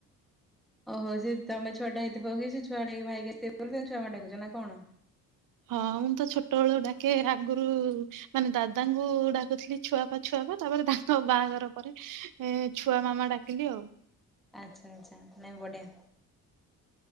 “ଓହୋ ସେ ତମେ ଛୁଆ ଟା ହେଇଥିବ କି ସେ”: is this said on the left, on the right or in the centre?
Centre